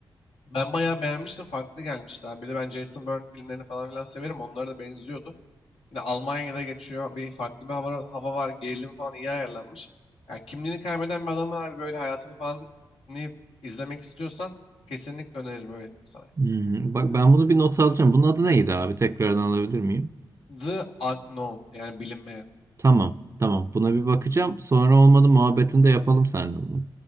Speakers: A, on the left (about 70°); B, on the right (about 30°).
A: Ben bayağı beğenmiştim. Farklı gelmişti abi. Bir de ben Jason Bourne filmlerini falan filan severim. Onlara da benziyordu. Yine Almanya'da geçiyor. Bir farklı bir hava, hava var. Gerilim falan iyi ayarlanmış. Yani kimliğini kaybeden bir adamın abi böyle hayatını falan dinleyip izlemek istiyorsan kesinlikle öneririm öyle diyeyim sana. yani.
B: Hmm, Bak ben bunu bir not alacağım. Bunun adı neydi abi? Tekrardan alabilir miyim?
A: The Unknown yani bilinmeyen.
B: Tamam. Tamam. Buna bir bakacağım. Sonra olmadı muhabbetini de yapalım seninle bunu.